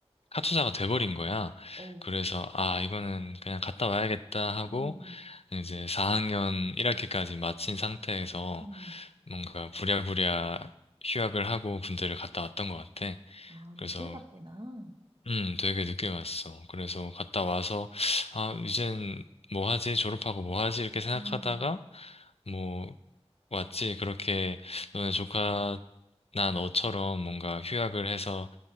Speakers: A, on the left (about 70°); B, on the right (about 40°).
A: 카투사가 돼버린 거야.
B: 어,
A: 그래서 아, 이거는 그냥 갔다 와야겠다 하고
B: 음,
A: 이제 4학년 1학기까지 마친 상태에서
B: 음,
A: 뭔가 부랴부랴 휴학을 하고 군대를 갔다 왔던 것 같아.
B: 아,
A: 그래서,
B: 늦게 갔구나.
A: 음, 되게 늦게 갔어. 그래서 갔다 와서, 아, 이젠 뭐 하지? 졸업하고 뭐 하지? 이렇게 생각하다가,
B: 음,
A: 뭐, 왔지. 그렇게 너네 조카, 나 너처럼 뭔가 휴학을 해서